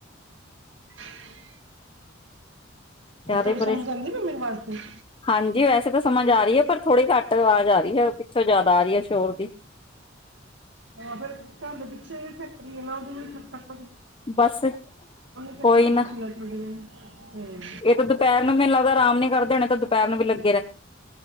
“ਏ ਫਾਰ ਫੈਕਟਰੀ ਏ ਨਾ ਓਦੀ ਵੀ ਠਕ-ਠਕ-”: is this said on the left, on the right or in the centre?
Right